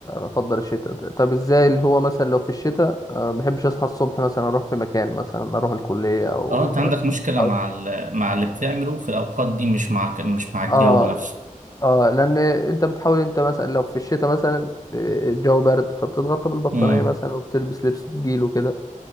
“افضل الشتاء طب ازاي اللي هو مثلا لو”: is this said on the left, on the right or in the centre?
Left